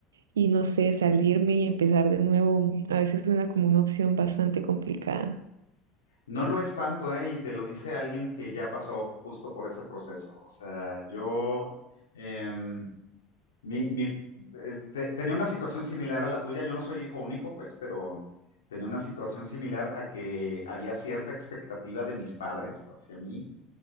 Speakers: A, on the right; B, on the left.
A: y no sé, salirme y empezar de nuevo a veces suena como una opción bastante complicada.
B: No lo es tanto, ¿eh? Y te lo dice alguien que ya pasó justo por ese proceso. O sea, yo em, mi- mi- eh, te- tenía una situación similar a la tuya. Yo no soy hijo único, pues, pero tenía una situación similar a que había cierta expectativa de mis padres hacia mí